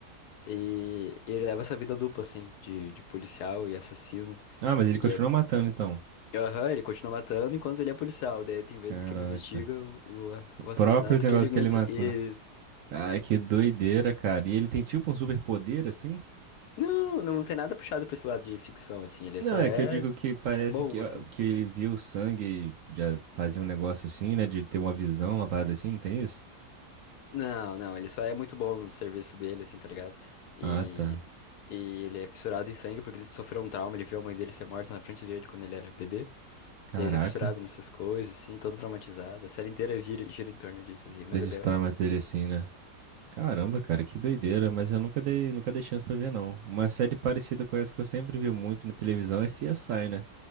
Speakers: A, on the left; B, on the right.
A: E ele leva essa vida dupla, assim, de, de policial e assassino.
B: Ah, mas ele
A: E
B: continua
A: é.
B: matando, então.
A: Aham, ele continua matando enquanto ele é policial. Daí tem vezes
B: Caraca.
A: que ele investiga o,
B: O
A: o
B: próprio
A: assassinato
B: negócio
A: que ele mesmo.
B: que ele matou.
A: E.
B: Ai, que doideira, cara. E ele tem tipo um superpoder assim?
A: Não, não tem nada puxado pra esse lado de ficção, assim. Ele
B: Não,
A: só
B: é
A: é
B: que eu digo que parece
A: bom,
B: que, ó,
A: assim.
B: que ele via o sangue, e já fazia um negócio assim, né? De ter uma visão, uma parada assim, não tem isso?
A: Não, não, ele só é muito bom no serviço dele, assim, tá ligado? E,
B: Ah, tá.
A: e ele é fissurado em sangue porque ele sofreu um trauma, ele viu a mãe dele ser morta na frente dele quando ele era bebê.
B: Caraca.
A: Daí ele é fissurado nessas coisas, assim, todo traumatizado. A série inteira gira, gira em torno disso, assim, mas
B: Desses
A: é bem legal.
B: traumas dele assim, né? Caramba, cara, que doideira. Mas eu nunca dei, nunca dei chance pra ver, não. Uma série parecida com essa que eu sempre vi muito na televisão é CSI, né?